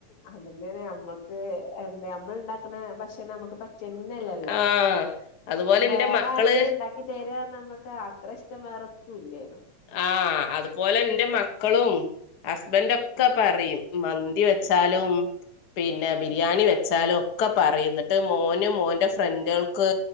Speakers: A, on the left; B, on the left.
A: അതെന്നെണ് ഞമ്മക്ക് എന്താ ഞമ്മള്ണ്ടാക്ക്ണ ഭക്ഷണം ഞമ്മക്ക് പറ്റെൻ ന്നെല്ലല്ലോ
B: ആഹ് അതുപോലെ
A: ന്ന വേറാരെങ്കിലും
B: എന്റെ മക്കള്
A: ണ്ടാ ക്കി തെരാന്ന് ഞമ്മക്ക് അത്ര ഇഷ്ടം വേറൊന്നുല്ലേനും
B: ആഹ് അതുപോലെ ഇന്റെ മക്കളും ഹസ്ബന്റൊക്കെ പറയും മന്തി വെച്ചാലും പിന്നെ ബിരിയാണി വെച്ചാലും ഒക്കെ പറയും ന്ന്ട്ട് മോന് മോന്റെ ഫ്രണ്ടാൾക്ക്